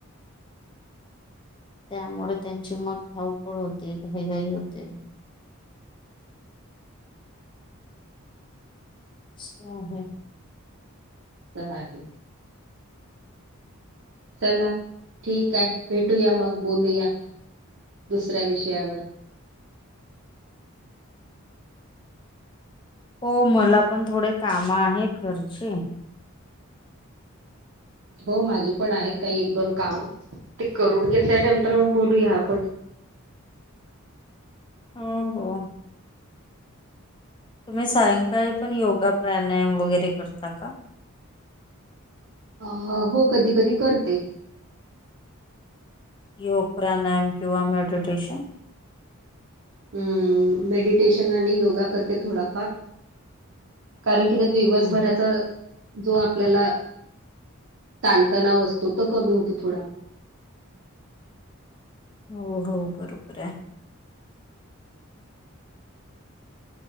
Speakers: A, on the left; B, on the right.
A: त्यामुळे त्यांची मग धावपळ होते घाईघाई होते. अच्छा हा
B: तर आहे. चला ठीक आहे भेटूया मग बोलूया दुसऱ्या विषयावर.
A: हो, मला पण थोडे कामं आहेत घरची.
B: हो माझी पण आहेत काही एक, दोन कामं. ते करून घेते, नंतर मग बोलूया आपण.
A: हो हो. तुम्ही सायंकाळी पण योगा, प्राणायाम वगैरे करता का?
B: हा हो, कधी कधी करते.
A: योग, प्राणायाम किंवा मेडिटेशन.
B: हम्म, मेडिटेशन आणि योगा करते थोडाफार. कारण कि त्या दिवसभराच
A: हम्म
B: जो आपल्याला ताणतणाव असतो, तो कमी होतो थोडा.
A: हो हो, बरोबर आहे.